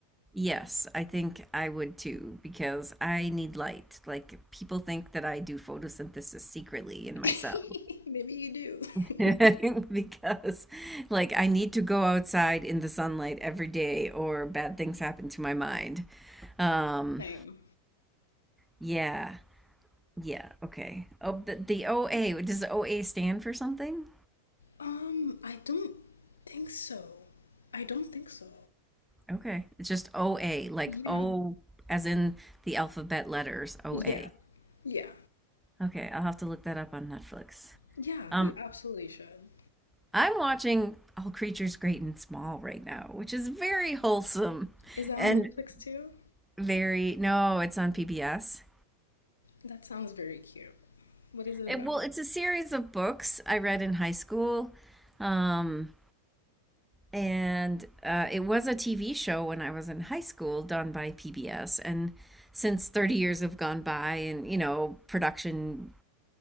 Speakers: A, in the centre; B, on the left.
A: Yes, I think I would too, because I need light. Like people think that I do photosynthesis secretly in myself.
B: that.
A: <laughs>
B: <laughs> Maybe you do.
A: Because
B: <laughs>
A: like I need to go outside in the sunlight every day or bad things happen to my mind. Um,
B: Same.
A: yeah. Yeah, okay. Oh, but the OA, does OA stand for something?
B: Um, I don't think so. I don't think so.
A: Okay. It's just OA, like
B: Yeah.
A: O as in the alphabet letters, OA.
B: Yeah. Yeah.
A: Okay, I'll have to look that up on Netflix.
B: Yeah,
A: Um,
B: you absolutely should.
A: I'm watching All Creatures Great and Small right now, which is very wholesome
B: Is that
A: and
B: on Netflix too?
A: very, no, it's on PBS.
B: That sounds very cute. What is it
A: It,
B: about?
A: well, it's a series of books I read in high school. Um, and uh, it was a TV show when I was in high school, done by PBS. And since 30 years have gone by, and you know, production